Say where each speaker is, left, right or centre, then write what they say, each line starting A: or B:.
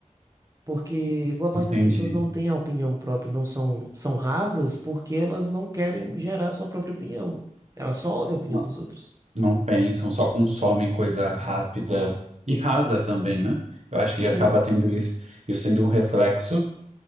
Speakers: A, on the right (about 25°); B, on the right (about 60°).
A: porque boa parte
B: Entendi.
A: das pessoas não tem a opinião própria, não são são rasas porque elas não querem gerar sua própria opinião. Elas só ouvem a opinião
B: Não,
A: dos outros.
B: não pensam, só consomem coisa rápida e rasa também, né? Eu acho
A: Sim,
B: que acaba tendo isso, isso sendo um reflexo